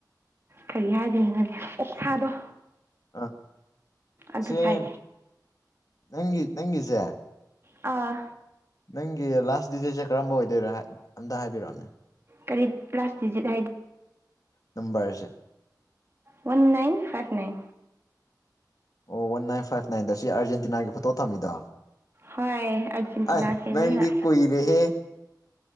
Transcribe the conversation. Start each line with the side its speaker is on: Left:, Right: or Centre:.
Right: ꯀꯔꯤ ꯍꯥꯏꯗꯣꯏꯅꯣꯅꯦ ꯑꯣꯛꯁꯥꯗꯣ
Left: ꯑꯥ
Right: ꯑꯗꯨ
Left: ꯁꯦꯝ
Right: ꯆꯥꯏ
Left: ꯅꯪꯒꯤ ꯅꯪꯒꯤꯁꯦ
Right: ꯑꯥ
Left: ꯅꯪꯒꯤ ꯂꯥꯁ ꯗꯤꯖꯤꯠꯁꯦ ꯀꯔꯝꯕ ꯑꯣꯏꯗꯣꯏꯔꯥ ꯑꯝꯇ ꯍꯥꯏꯕꯤꯔꯛꯑꯣꯅꯦ
Right: ꯀꯔꯤ ꯔꯥꯁ ꯗꯤꯖꯤꯠ ꯍꯥꯏ
Left: ꯅꯝꯕꯔꯁꯦ
Right: ꯋꯥꯟ ꯅꯥꯏꯟ ꯐꯥꯏꯚ ꯅꯥꯏꯟ
Left: ꯑꯣ ꯋꯥꯟ ꯅꯥꯏꯟ ꯐꯥꯏꯚ ꯅꯥꯏꯟꯗ ꯁꯤ ꯑꯥꯔꯖꯦꯟꯇꯤꯅꯥꯒꯤ ꯐꯣꯇꯣ ꯊꯝꯃꯤꯗꯣ
Right: ꯍꯣꯏ ꯑꯥꯔꯖꯦꯟꯇꯤꯅꯥ
Left: ꯑꯥꯏ
Right: ꯐꯦꯟꯅꯤꯅ
Left: ꯅꯡꯗꯤ ꯀꯨꯏꯔꯦꯍꯦ